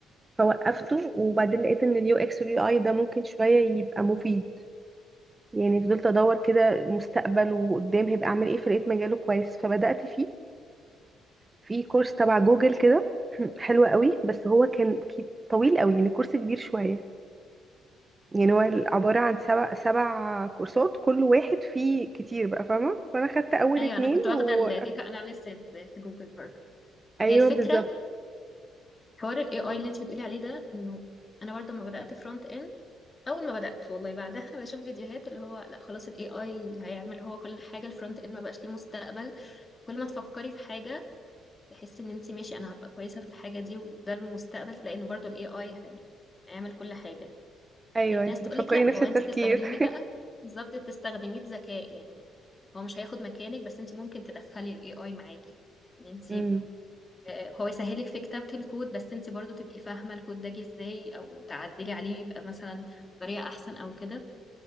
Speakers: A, on the right; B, on the left.
A: فوقفته وبعدين لقيت ان اليو اكس واليو اي ده ممكن شويه يبقى مفيد يعني فضلت ادور كده مستقبل وقدام هيبقى اعمل ايه فلقيت مجاله كويس فبدات فيه في كورس تبع جوجل كده <clears throat> حلو قوي بس هو كان كي- طويل قوي يعني كورس كبير شويه يعني هو عباره عن سبع سبع كورسات كل واحد فيه كتير بقى فاهمه فانا خدت اول
B: ايوه
A: اتنين
B: انا كنت واخده
A: و...
B: الديتا اناليسيز في جوجل برضه
A: ايوه
B: هي الفكره
A: بالظبط
B: حوار الاي اي اللي انت بتقولي عليه ده انه انا برضه لما بدات فرونت اند اول ما بدات والله بعدها بشوف فيديوهات اللي هو لا خلاص الاي اي هيعمل هو كل حاجه الفرونت اند ما بقاش ليه مستقبل كل ما تفكري في حاجه تحسي ان انت ماشي انا هبقى كويسه في الحاجه دي وده المستقبل تلاقي انه برضه الاي اي هيعمل كل حاجه
A: ايوه
B: في ناس
A: انتي
B: تقولك
A: بتفكري
B: لا
A: نفس
B: هو
A: التفكير
B: انت بتستخدميه
A: <laughs>
B: بقى بالظبط تستخدميه بذكاء يعني هو مش هياخد مكانك بس انت ممكن تدخلي الاي اي معاكي ان انت
A: امم
B: آه، هو يسهلك في كتابة الكود بس انت برضو تبقي فاهمة الكود ده جه ازاي او تعدلي عليه يبقى مثلا بطريقة احسن او كده